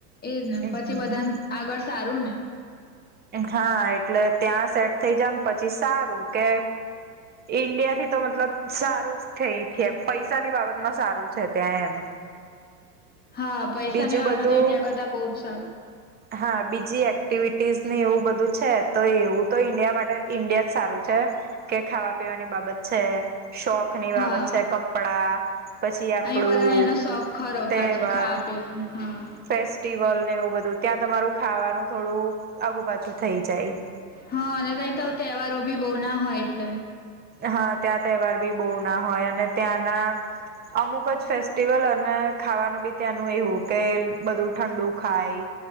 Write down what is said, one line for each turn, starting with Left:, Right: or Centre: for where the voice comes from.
Left: એજ ને
Right: હમ
Left: પછી બધાને આગળ સારું ને.
Right: હા એટલે ત્યાં સેટ થઇ જાઓને પછી સારું કે ઈન્ડિયાથી તો મતલબ સારું જ થઈ થઈ પૈસાની બાબતમાં સારું છે ત્યાં એમ
Left: હા પૈસાની
Right: બીજું
Left: બાબતમાં
Right: બધું
Left: તો ઈન્ડિયા કરતા બહુ જ સારું.
Right: હા બીજી એક્ટિવિટ ટીઝ ને એવું બધું છે. તો એવું તો ઈન્ડિયા માટે ઇન્ડિયા જ સારું છે, કે ખાવા પીવાની બાબત છે. શોખ ની
Left: હા
Right: બાબત છે. કપડાં પછી આપડું
Left: અહીં બધાને એનો શોખ ખરો
Right: તહેવાર
Left: પાછો ખાવા પીવાનો હા
Right: ફેસ્ટિવલ ને એવું બધું ત્યાં તમારું ખાવાનું થોડું આગું પાછું થઈ જાય.
Left: હા અને તહીં તો તહેવારો બી બહુ ના હોય એટલે.
Right: હા ત્યાં તહેવાર બી બહુ ના હોય અને ત્યાંના અમુક જ ફેસ્ટિવલ અને ખાવાનું બી ત્યાંનું એવું કે બધું ઠંડુ ખાય.